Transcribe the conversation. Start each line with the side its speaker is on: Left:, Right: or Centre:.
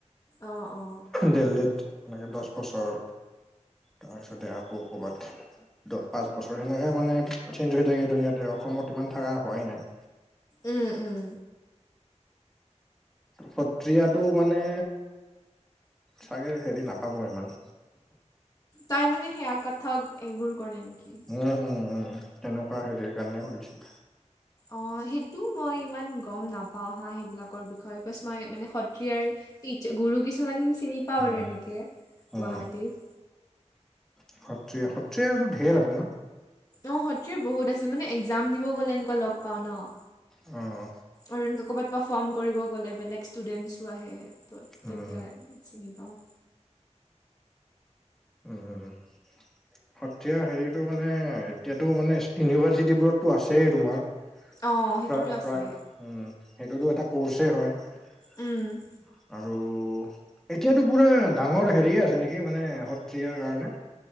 Left: অ অ
Centre: দিল্লীত এনেকে দহ বছৰ তাৰ পিছতে আকৌ ক'ৰবাত দহ পাঁচ বছৰ সেনেকে মানে চেঞ্জ হৈ থাকেটো সিহঁতে অসমত ইমান থকা হোৱাই নাই
Left: উম উম
Centre: সত্ৰীয়াটো মানে চাগে হেৰি নাপাব ইমান
Left: তাই মানে সেয়া কথক এইবোৰ কৰে নেকি?
Centre: উম উম উম, তেনেকুৱা হেৰি কাৰণে সুধিছিল।
Left: অ সেইটো মই ইমান গম নাপাওঁ হা‌ সেইবিলাকৰ বিষয়ে, বছ মই মানে সত্ৰীয়াৰ টিছ গুৰু কিছুমান চিনি পাওঁ
Centre: উম
Left: আৰু এনেকে,
Centre: উম
Left: গুৱাহাটীত
Centre: সত্ৰীয়া সত্ৰীয়াটো ঢেৰ আছে নহ
Left: অ সত্ৰীয়া বহুত আছে মানে একজাম দিব গলে এনেকুৱা লগ পাওঁ নহ।
Centre: অহ অহ।
Left: আৰু এনেকুৱা কৰবাত পাৰফৰ্ম কৰিব গলে বেলেগ ষ্টুডেণ্টছো আহে। তহ
Centre: উম
Left: তেতিয়াহে চিনি পাওঁ।
Centre: অহ অহ অহ সত্ৰীয়া হেৰিটো মানে এতিয়াতো মানে ইউনিভাৰ্চিটিবোৰততো আছেই তোমাৰ
Left: অঁ সেইটোতো
Centre: প্ৰায়
Left: আছে
Centre: প্ৰায় উম, সেইটোতো এটা কৰ্ছে হয়।
Left: উম
Centre: আৰু এতিয়াতো পুৰা ডাঙৰ হেৰি আছে নেকি মানে সত্ৰীয়াৰ কাৰণে